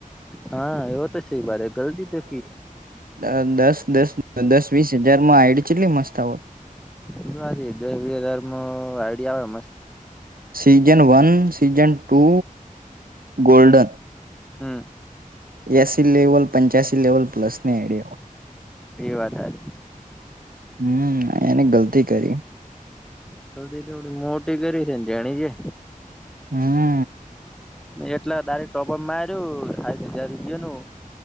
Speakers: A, in the centre; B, on the right.
A: હા એવો તો છે ભારે ગલતી તો કી.
B: અ દસ દસ દસ વીસ હજાર માં આઈડી ચેટલી મસ્ત આવત.
A: એ વાત હાચી દહ વીહ હજાર માં આઈડિયા આવે મસ્ત.
B: Season one, season two golden.
A: હમ
B: એસી લેવલ, પંચ્યાસી લેવલ પ્લસ ને એડે હોઈ.
A: એ વાત સાચી
B: હમ્મ એને ગલતી કરી.
A: થોડી ચેવડી મોટી કરી છે ને જેણી જે.
B: હમ્મ.
A: એટલા દારે ટોપ અપ માયરુ હાઈટ હજાર રૂપિયાનું.